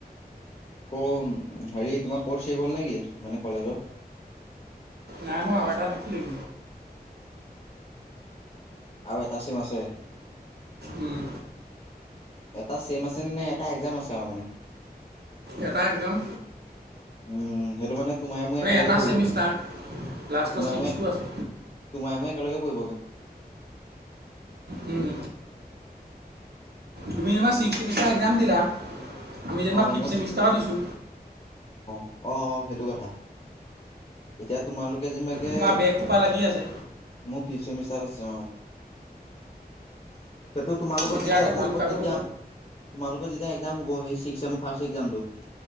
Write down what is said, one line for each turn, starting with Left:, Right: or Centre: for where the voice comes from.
Left: আকৌ হেৰি তোমাৰ কৰ্চ শেষ হ'ল, নেকি? মানে কলেজৰ?
Right: নাইহোৱা এটাত থাকিলেই
Left: আৰু এটাচিম আছে
Right: উম,
Left: এটা ছেম আছে নে নাই এটা এক্জাম আছে আৰু মানে।
Right: এটা একদম
Left: উম, সেইটো মানে তোমাই মই একেলগে
Right: এটা
Left: পৰিবগৈ
Right: ছেমিষ্টাৰ লাষ্টৰ
Left: তোমাৰ
Right: ছিক্সটো
Left: মই
Right: আছে
Left: তোমাই মোক একেলগে পৰিবগে।
Right: উম। তুমি <unintelligible> চিক্স চেমিষ্টাৰ একজাম দিলা? আমি যেনিবা
Left: অ
Right: ফিফথ
Left: মই
Right: চেমিষ্টাৰৰ
Left: চি
Right: দিছোঁ।
Left: অ অ সেইটো কথা এতিয়া তোমালোকে যেনেকাকে
Right: তোমাৰ বেগ খোপা লাগি আছে
Left: মোৰ ফিফ চেমিষ্টাৰ আছে অ সেইটো তোমালোকৰ
Right: এতিয়া
Left: যেতিয়া
Right: আকৌ
Left: এক্জাম
Right: পৰীক্ষাবোৰ
Left: হ'ব তেতিয়া তোমালোকৰ যেতিয়া এক্জাম হব সেই ছিক্স ফাৰ্ষ্ট এক্জামটো